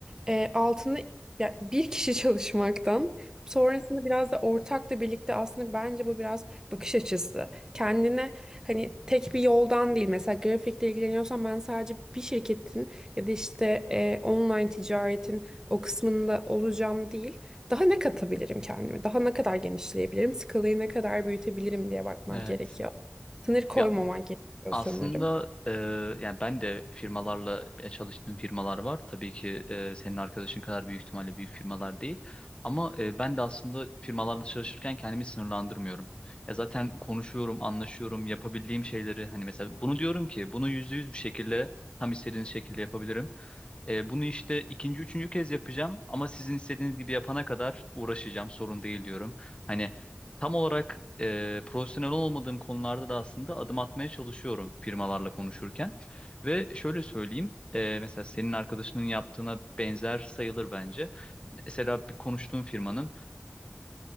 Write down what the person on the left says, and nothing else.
evet.
Ya
Aslında
e, yani ben de firmalarla e, çalıştığım firmalar var. Tabii ki e, senin arkadaşın kadar büyük ihtimalle büyük firmalar değil. Ama e, ben de aslında firmalarla çalışırken kendimi sınırlandırmıyorum. Ya zaten konuşuyorum, anlaşıyorum, yapabildiğim şeyleri hani mesela bunu diyorum ki bunu yüzde yüz bir şekilde tam istediğiniz şekilde yapabilirim. E, bunu işte ikinci, üçüncü kez yapacağım ama sizin istediğiniz gibi yapana kadar uğraşacağım, sorun değil diyorum. Hani Tam olarak e, profesyonel olmadığım konularda da aslında adım atmaya çalışıyorum firmalarla konuşurken. Ve şöyle söyleyeyim, e, mesela senin arkadaşının yaptığına benzer sayılır bence. Mesela bir konuştuğum firmanın